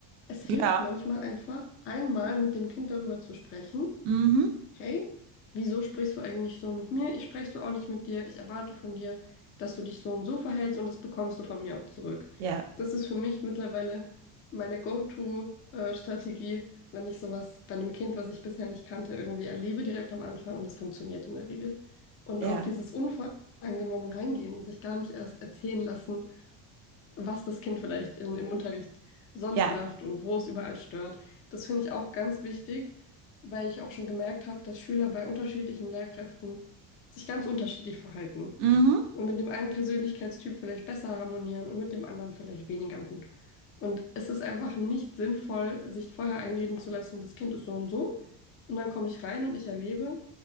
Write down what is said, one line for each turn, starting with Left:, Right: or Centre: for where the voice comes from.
Left: Es hilft
Right: Ja.
Left: manchmal einfach, einmal mit dem Kind darüber zu sprechen
Right: Mhm.
Left: Hey, wieso sprichst du eigentlich so mit mir? Ich spreche so auch nicht mit dir. Ich erwarte von dir, dass du dich so und so verhältst und das bekommst du von mir auch zurück.
Right: Ja.
Left: Das ist für mich mittlerweile meine Go-To-Strategie, wenn ich sowas bei einem Kind, was ich bisher nicht kannte, irgendwie erlebe direkt am Anfang und es funktioniert in der Regel. Und
Right: Ja.
Left: auch dieses unvoreingenommen reingehen, sich gar nicht erst erzählen lassen, was das Kind vielleicht in, im Unterricht sonst
Right: Ja.
Left: macht und wo es überall stört. Das finde ich auch ganz wichtig, weil ich auch schon gemerkt habe, dass Schüler bei unterschiedlichen Lehrkräften sich ganz unterschiedlich verhalten
Right: Mhm.
Left: und mit dem einen Persönlichkeitstyp vielleicht besser harmonieren und mit dem anderen vielleicht weniger gut. Und es ist einfach nicht sinnvoll, sich vorher einreden zu lassen, das Kind ist so und so. Und dann komme ich rein und ich erlebe,